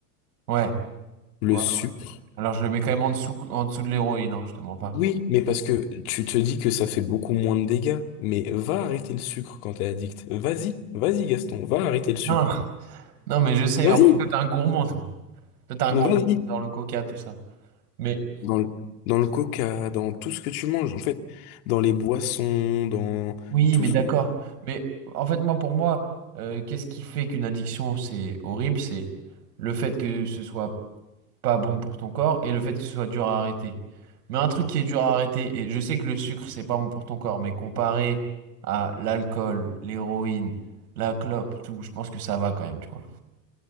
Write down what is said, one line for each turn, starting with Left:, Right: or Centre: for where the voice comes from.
Right: Ouais,
Left: Le
Right: ouais.
Left: sucre.
Right: Alors je le mets quand même en dessous, en dessous de l'héroïne, hein, je te mens pas.
Left: Oui, mais parce que tu te dis que ça fait beaucoup moins de dégâts, mais va arrêter le sucre quand t'es addict. Vas-y, vas-y Gaston, va arrêter le sucre.
Right: Non, non, mais je sais,
Left: Vas-y,
Right: en plus, toi t'es un gourmand, toi. Toi t'es un
Left: vas-y.
Right: gourmand dans le coca, tout ça. Mais
Left: Dans le, dans le coca, dans tout ce que tu manges, en fait, dans les boissons, dans
Right: Oui,
Left: tout.
Right: mais d'accord. Mais en fait, moi, pour moi, euh, qu'est-ce qui fait qu'une addiction, c'est horrible? C'est le fait que ce soit pas bon pour ton corps et le fait que ce soit dur à arrêter. Mais un truc qui est dur à arrêter, et je sais que le sucre, c'est pas bon pour ton corps, mais comparé à l'alcool, l'héroïne, la clope, tout, je pense que ça va quand même, tu vois.